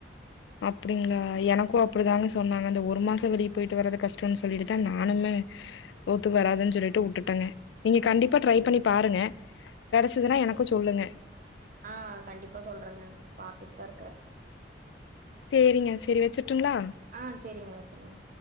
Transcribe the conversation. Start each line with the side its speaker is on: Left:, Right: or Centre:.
Left: அப்பிடிங்ளா எனக்கு அப்டிதாங்க சொன்னாங்க அந்த ஒரு மாசோ வெளிய போயிட்டு வரது கஷ்டன் சொல்லிட்டுதா நானும்மே ஒத்து வராதுன் சொல்லிட்டு உட்டுட்டங்க. நீங்க கண்டிப்பா ட்ரை பண்ணி பாருங்க. கெடச்சுதுனா எனக்கு சொல்லுங்க.
Right: ஆ கண்டிப்பா சொல்றங்க பாத்துட்தா இருக்கறே.
Left: சேரிங்க சேரி வெச்சிர்ட்டுங்ளா?
Right: ஆ சரிங்க வச்சுருங்க.